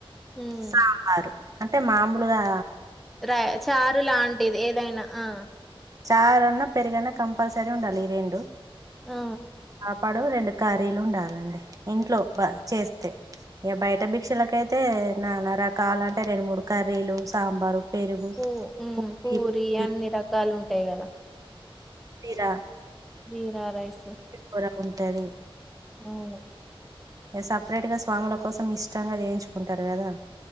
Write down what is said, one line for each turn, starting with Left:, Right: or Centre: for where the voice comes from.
Centre: ఉమ్.
Right: సాంబారు అంటే మామూలుగా
Centre: రై చారు లాంటిది ఏదైనా ఆ
Right: చారూన్నా పెరుగన్న కంపల్సరీ ఉండాలి ఈ రెండు
Centre: ఆ,
Right: పడు రెండు కర్రీలు ఉండాలండి ఇంట్లో చేస్తే ఇక బయట భిక్షలకయితే నానా రకాల అంటే రెండు మూడు కర్రీలు సాంబారు పెరుగు
Centre: పూ మ్మ్
Right: పుట్టి
Centre: పూరి
Right: పుట్టి
Centre: అన్ని రకాలు ఉంటాయి కదా
Right: చీరా
Centre: జీరా రైస్
Right: <unintelligible> ఉంటది
Centre: అవును
Right: సపరేట్ గా స్వాముల కోసం ఇష్టంగా చేయించుకుంటారు కదా